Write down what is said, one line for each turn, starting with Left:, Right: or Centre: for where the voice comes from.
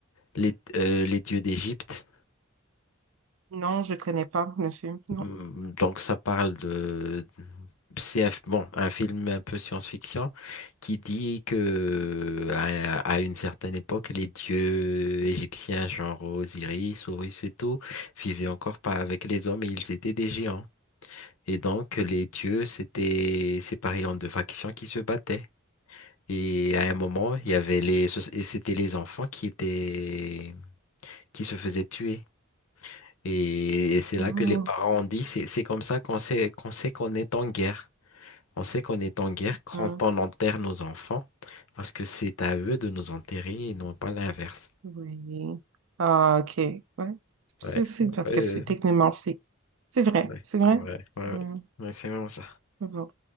Left: Les, euh, Les Dieux d'Égypte.
Right: Non, je connais pas le film, non.
Left: Mm, Donc ça parle de... C'est un, f- bon, un film un peu science-fiction qui dit que à, à une certaine époque, les dieux égyptiens, genre Osiris, Horus et tout, vivaient encore pas avec les hommes et ils étaient des géants. Et donc les dieux s'étaient séparés en deux factions qui se battaient. Et à un moment, il y avait les, ce- et c'était les enfants qui étaient, qui se faisaient tuer. Et, et c'est
Right: Non,
Left: là que les parents ont dit, c'est, c'est comme ça qu'on sait, qu'on sait qu'on est en guerre. On sait qu'on est en guerre quand
Right: non,
Left: on enterre nos enfants, parce que c'est à eux de nous enterrer et non pas l'inverse.
Right: oui. Ah, ok, ouais. C'est
Left: Ouais,
Right: c'est- c'est parce
Left: ouais,
Right: que c'est techniquement, c'est c'est vrai,
Left: ouais,
Right: c'est vrai,
Left: ouais,
Right: c'est
Left: ouais,
Right: vrai.
Left: ouais, c'est vraiment ça.
Right: Bon.